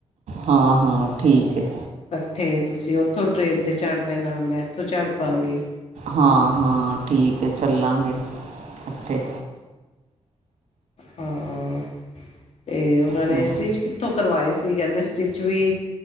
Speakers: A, on the right; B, on the left.
A: ਹਾਂ, ਹਾਂ ਠੀਕ ਹੈ
B: ਇਕੱਠੇ, ਤੁਸੀਂ ਉੱਥੋਂ ਟ੍ਰੇਨ ਤੇ ਚੜ੍ਹ ਪੈਣਾ ਮੈਂ ਇੱਥੋਂ ਚੜ ਪਾਵਾਂਗੀ
A: ਹਾਂ ਹਾਂ ਠੀਕ ਹੈ ਚੱਲਾਂਗੇ ਇੱਕੱਠੇ
B: ਹਾਂ ਤੇ ਉਹਨਾਂ ਨੇ
A: ਤੇ
B: ਸਟਿਚ ਕੀਤੀ ਉਥੋਂ ਕਰਵਾਏ ਸੀ ਕਹਿੰਦੇ ਸਟਿਚ ਵੀ